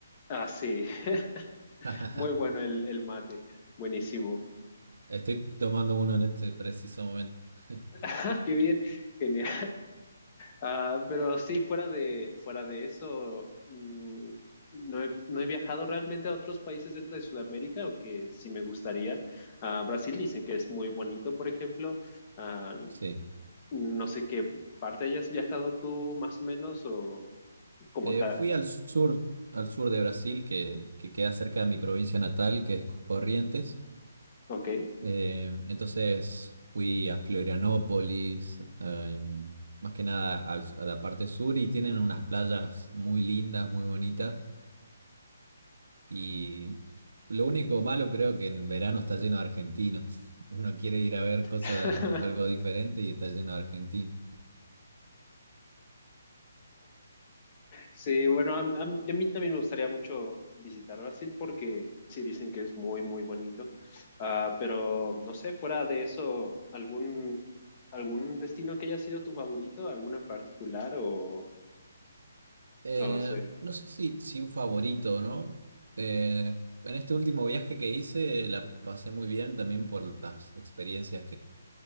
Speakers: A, on the left; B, on the right.
A: Ah, sí, <laughs>
B: <laughs>
A: muy bueno el, el mate, buenísimo. <laughs>
B: Estoy tomando uno en este preciso momento. <laughs>
A: Ah, qué bien, genial. Ah, pero sí, fuera de, fuera de eso, mm, no he, no he viajado realmente a otros países dentro de Sudamérica, aunque sí me gustaría. Ah, Brasil dicen que es muy bonito, por ejemplo. Ah,
B: Sí.
A: no sé qué parte hayas viajado tú más o menos o como
B: Eh,
A: tal.
B: fui al sur, al sur de Brasil, que, que queda cerca de mi provincia natal, que es Corrientes.
A: Ok.
B: Eh, entonces fui a Florianópolis, em, más que nada al- a la parte sur y tienen unas playas muy lindas, muy bonitas. Y lo único malo creo que en verano está lleno de argentinos. <laughs> Uno quiere ir a ver cosas,
A: <laughs>
B: un- algo diferente y está lleno de argentinos.
A: Sí, bueno, a, a- a mí también me gustaría mucho visitar Brasil porque sí dicen que es muy, muy bonito. Ah, pero no sé, fuera de eso, ¿algún, algún destino que haya sido tu favorito? ¿Alguno en particular o
B: Eh,
A: no lo sé?
B: no sé si, si un favorito, ¿no? Eh, en este último viaje que hice la pasé muy bien también por las experiencias